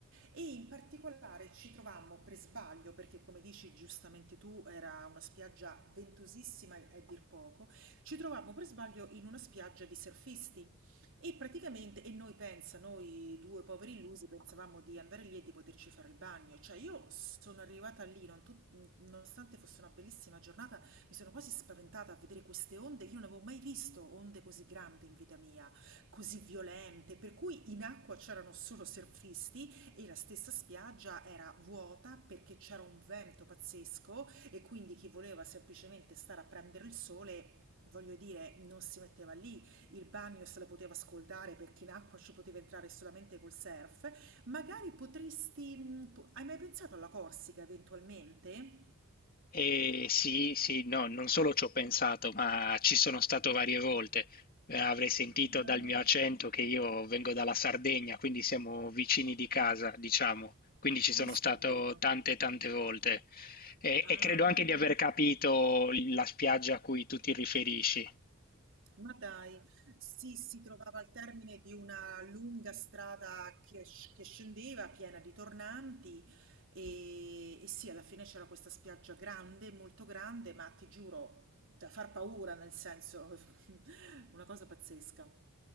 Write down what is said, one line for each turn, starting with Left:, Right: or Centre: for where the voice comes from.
Right: E in particolare ci trovammo per sbaglio, perché come dici giustamente tu, era una spiaggia ventosissima a dir poco, ci trovammo per sbaglio in una spiaggia di surfisti e praticamente, e noi pensa, noi due poveri illusi pensavamo di andare lì e di poterci fare il bagno, cioè io sono arrivata lì, non tut- nonostante fosse una bellissima giornata, mi sono quasi spaventata a vedere queste onde, io non avevo mai visto onde così grandi in vita mia, così violente, per cui in acqua c'erano solo surfisti e la stessa spiaggia era vuota perché c'era un vento pazzesco e quindi chi voleva semplicemente stare a prendere il sole, voglio dire, non si metteva lì. Il bagno se la poteva scaldare perché in acqua ci poteva entrare solamente col surf. Magari potresti... mh, po- Hai mai pensato alla Corsica eventualmente?
Left: E sì, sì, no, non solo ci ho pensato, ma ci sono stato varie volte. Eh, avrei
Right: Ah,
Left: sentito dal mio accento che io vengo dalla Sardegna, quindi siamo vicini di casa, diciamo. Quindi ci
Right: questo
Left: sono stato
Right: è vero.
Left: tante, tante volte. E,
Right: Ah.
Left: e credo anche di aver capito la spiaggia a cui tu ti riferisci. <laughs>
Right: Ma dai, sì, si trovava al termine di una lunga strada che, sc- che scendeva, piena di tornanti, e, e sì, alla fine c'era questa spiaggia grande, molto grande, ma ti giuro, da far paura, nel senso, <laughs> una cosa pazzesca.